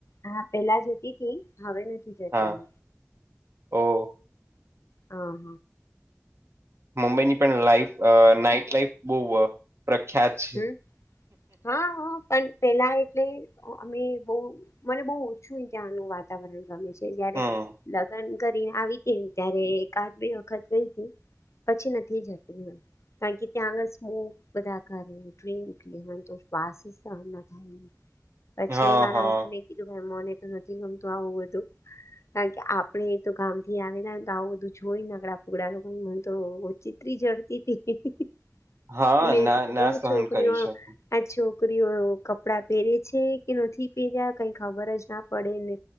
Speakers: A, on the left; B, on the right.
A: હા પેલા જતી તી હવે નથી જતી.
B: હા ઓ.
A: હ હા.
B: મુંબઈની પણ લાઈફ નાઈટ લાઈફ બહુ પ્રખ્યાત છે.
A: હમ હા હા પણ પેલા એટલે અમે બહુ મને બહુ ઓછું ત્યાંનું વાતાવરણ ગમે છે. જ્યારે
B: હમ
A: રે લગ્ન કરી આવી હતી ત્યારે એકાદ બે વખત ગઈ હતી. પછી નથી જતી કારણ કે ત્યાં આગળ સ્મોક બધાં હા તો એટલે મને વાસી સહન ના થાય પછી
B: હા
A: મારા
B: હા
A: હસબેન્ડ એ કીધું મને તો નથી ગમતું આવું બધું. કારણ કે આપડે તો ગામ થી આવેલા હોય ને આવ બધું જોઈને નગડા ફુગડા મને તો ચિત્રી જડતી હતી.
B: હા
A: મેં
B: ના
A: તો કીધું
B: ના સહન
A: છોકરીઓ
B: કરી શકે.
A: આ છોકરીઓ કપડાં પહેરે છે કે નથી પહેર્યા કઈ ખબર જ ના પડેને.